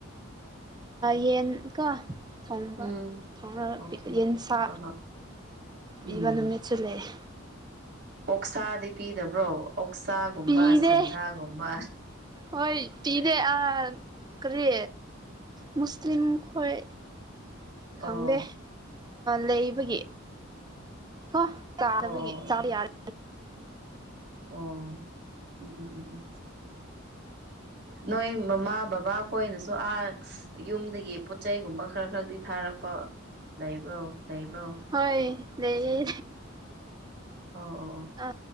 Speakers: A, on the right; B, on the right.
A: ꯌꯦꯟꯒ ꯊꯣꯡꯕ
B: ꯎꯝ
A: ꯊꯥꯎꯅ
B: ꯑꯣꯀꯦ
A: ꯌꯦꯟꯁ
B: ꯍꯣꯏ ꯍꯣꯏ ꯎꯝ
A: ꯏꯕ ꯅꯨꯃꯤꯠꯁꯤ ꯂꯩꯦ
B: ꯑꯣꯛꯁꯥꯗꯤ ꯄꯤꯗꯕ꯭ꯔꯣ ꯑꯣꯛꯁꯥꯒꯨꯝꯕ
A: ꯄꯤꯗꯦ
B: ꯁꯟꯁꯥꯒꯨꯝꯕ
A: ꯍꯣꯏ ꯄꯤꯗꯦ ꯑꯥ ꯀꯔꯤ ꯃꯨꯁꯂꯤꯝ ꯈꯣꯏ
B: ꯑꯣ
A: ꯈꯪꯗꯦ ꯂꯩꯕꯒꯤ ꯀꯣ ꯆꯥꯕꯒꯤ
B: ꯑꯣ ꯑꯣ
A: ꯆꯥ ꯌꯥꯔ
B: ꯑꯣ ꯎꯝ ꯎ ꯎꯝ ꯅꯣꯏ ꯃꯃꯥ ꯕꯕꯥ ꯑꯩꯈꯣꯏꯅꯁꯨ ꯑ ꯌꯨꯝꯗꯒꯤ ꯄꯣꯠꯆꯩꯒꯨꯝꯕ ꯈꯔ ꯈꯔꯗꯤ ꯊ ꯊꯥꯔꯛꯄ ꯂꯩꯕ꯭ꯔꯣ ꯂꯩꯕ꯭ꯔꯣ
A: ꯍꯣꯏ ꯂꯩ
B: ꯑꯣ ꯑꯣ ꯑꯣ
A: ꯑ